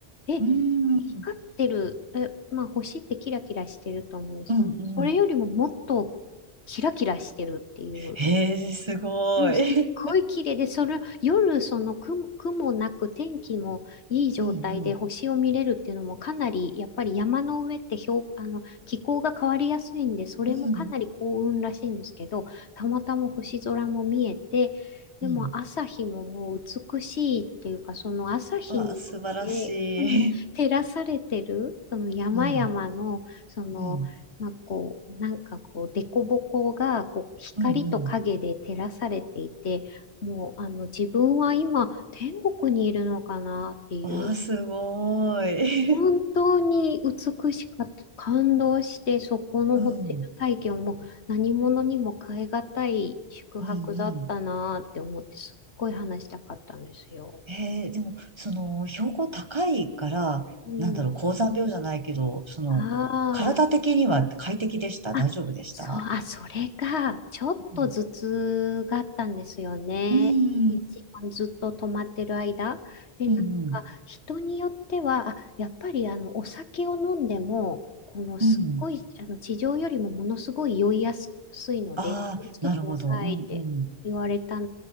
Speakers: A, on the left; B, on the right.
A: え、
B: うん、
A: 光ってる、え、まあ星ってキラキラしてると思うんですけど、
B: うん、うん。
A: それよりももっとキラキラしてるっていう
B: へえ、すごい。
A: うん、すっごい綺麗で、それ、夜、その雲、雲なく天気もいい状態で星を見れるっていうのもかなり、
B: <laughs> うん、うん、
A: やっぱり山の上って標あの、気候が変わりやすいんで、それもかなり幸運らしいんですけど、
B: うん、うん。
A: たまたま星空も見えて、でも朝日ももう美しいっていうか、
B: うん
A: その朝日によって、
B: わあ、素晴らしい。
A: うん、照らされてる、その山々の、
B: <laughs> うん、
A: その、
B: うん、
A: まあ、こう、なんかこう、凸凹がこう光と影で照らされていて、
B: うん、うん。
A: もう、あの、自分は今、天国にいるのかなっていう、
B: わあ、すごい。
A: 本当に美しかった。感動して、そこのホテル体験も何者にも代えがたい宿泊だったなって思って、
B: <laughs> うん、うん、うん。
A: すっごい話したかったんですよ。
B: えー、でも、その、標高高いから、
A: うん。
B: なんだろう、高山病じゃないけど、その、
A: ああ。
B: 体的には快適でした大丈夫でした
A: あ、そう、あ、それが、ちょっと頭痛があったんですよね。
B: うん。うん、
A: 一番ずっと止まってる間。で、
B: うん、
A: なんか、
B: うん。
A: 人によっては、あ、やっぱり、あの、お酒を飲んでも、この、すっごい、
B: うん
A: あの、地上よりもものすごい酔いやすいので、
B: ああ、
A: 気をつけてくださいって言われた
B: なるほど。うん、うん、